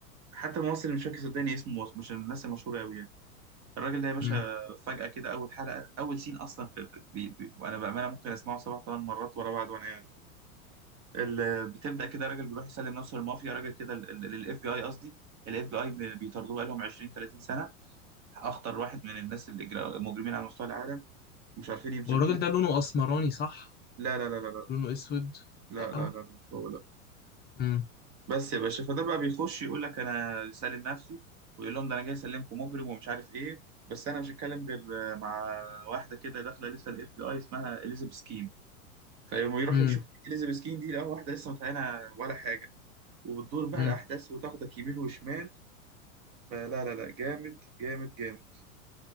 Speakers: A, on the right; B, on the left.
A: حتى ممثل مش فاكر صدقني اسمه مش من الناس المشهوره قوي يعني الراجل ده يا باشا
B: مم.
A: فجاه كده اول حلقه اول سين اصلا في, في بي بي وانا بامانه ممكن اسمعه سبع ثمان مرات ورا بعض وانا قاعد ال- بتبدا كده راجل بيروح يسلم نفسه للمافيا راجل كده للاف بي اي قصدي الاف بي اي بيطاردوه بقالهم 20 30 سنه اخطر واحد من الناس اللي إجرا- مجرمين على مستوى العالم ومش عارفين يمسكوه
B: هو الراجل ده لونه اسمراني صح
A: لا لا لا لا
B: لونه اسود
A: لا
B: لا
A: لا لا لا لا مش هو لا
B: امم
A: بس يا باشا فده بقى بيخش يقول لك انا سالم نفسه ويقول لهم ده انا جاي اسلمكم مجرم ومش عارف ايه بس انا مش هتكلم غير آه، مع واحده كده داخله لسه الاف بي اي اسمها اليزابيث كين فيقوموا يروحوا
B: امم
A: يشوفوا اليزابيث كين دي لا واحده لسه متعينه ولا حاجه وبتدور بقى
B: امم
A: الاحداث وتاخدك يمين وشمال فلا لا لا جامد جامد جامد